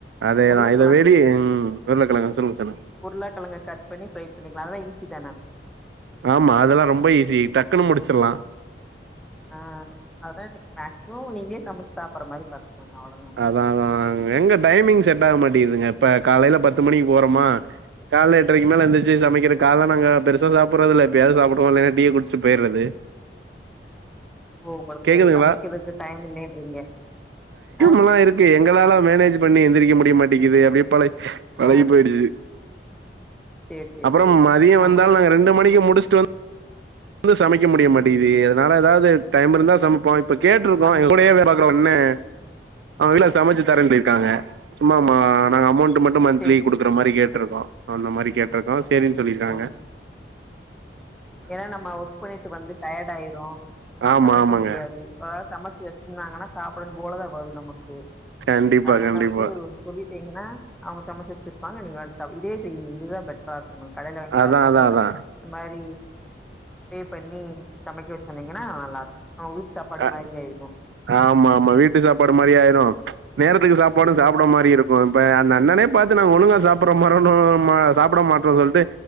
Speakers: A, on the right; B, in the centre.
A: அதேதா
B: உருளக்கெழங்
A: இத வெளியு உருளைக்கெழங்கு சொல்லுங்க சொல்லுங்க
B: உருளக்கிழங்கு கட் பண்ணி ஃப்ரை பண்ணிக்கலா அதெல்லா ஈசி தான
A: ஆமா அதெல்லா ரொம்ப ஈஸி டக்குன்னு முடிச்சிட்லா
B: ஆ அததா நீ மேக்சிமம் நீங்களே சமச்சு சாப்டுற மாதிரி பாத்துக்கோங்க அவ்ளோதா
A: அத்னாலதா எங்க டைமிங் செட் ஆக மாட்டிங்துங்க இப்ப காலைல பத்து மணிக்கு போறோமா கால எட்டரக்கி மேல எந்துருச்சு சமக்கிறது கால்ல நாங்க பெருசா சாப்படுறது இல்ல எப்பயாவது சாப்படுவோம் இல்லன்னா டீய குடிச் சு போய்ர்றது
B: ஓ உங்களுக்கு
A: கேக்குதுங்களா
B: சமக்கிறதுக்கு டைம் இல்லைன்றீங்க அ
A: அப்பல்லா இருக்கு எங்களால மேனேஜ் பண்ணி எந்திரிக்க முடிய மாட்டேங்கீது அப்டி பழ பழயி
B: ஆ
A: போ போயிடுச்சு
B: சேரி சேரி
A: அப்றம்
B: சேரி
A: மதியோ
B: நமக்கு
A: வந்தாலு நாங்க ரெண்டு மணிக்கு முடிச்ட்டு வந் எதும் சமக்க முடிய மாட்டேங்கிது
B: ம்
A: அத்னால எதாவ்து டைம் இருந்தா சமப்போ இப்ப கேட்டுருக்கோ
B: அந்
A: எங்க கூடயே வேல பாக்குற அண்ணே ஆ வீட்ல சமச்சு தரேன் சொல்லிற்க்காங்க சும்மா மா நாங்க அமௌண்ட்டு மட்டு மந்த்லி
B: சேரி சேரி
A: குடுக்குற
B: சேரி
A: மாரி கேட்ருக்கோ அந்த மாதிரி கேட்ருக்கோ சேரின்னு சொல்லிர்க்காங்க
B: ஆ ஏன்னா நம்ம ஒர்க் பண்ணிட்டு வந்து டயர்ட் ஆயிர்ரோ
A: ஆமா
B: சமக்க
A: ஆமாங்க
B: முடியாது ஒர் ஆள் சமச்சு வச் சாப்பிடன்னு போலதா வரு நமக்கு
A: கண்டிப்பா
B: அத்னால
A: கண்டிப்பா
B: வந்து சொல்லிட்டீங்கன்னா அவங்க சமச்சு வச்ருப்பாங்க நீங்க இதுவே செய்ங்க இதுதா பெட் இருக்கும் கடையில வாங்கி
A: அதா
B: சாப்பிடுறதை
A: அதா
B: விட
A: அதா
B: இந்த மாதிரி பே பண்ணி சமக்க சொன்னீங்கன்னா நல்லாருக்கு அவுங்க வீட்டு சாப்பாடு
A: அ
B: மாதிரி ஆயிடு
A: ஆமா ஆமா வீட்டு சாப்பாடு மாதிரி ஆயிரு நேரத்துக்கு சாப்பாடு சாப்பிட்ற
B: ம்
A: மாரி இருக்கு இப்ப அந்த அண்ணனே பாத்து நாங்க
B: ம்
A: ஒழுங்க சாப்படுற மாதிரி சாப்பிட மாட்டோம்னு சொல்லிட்டு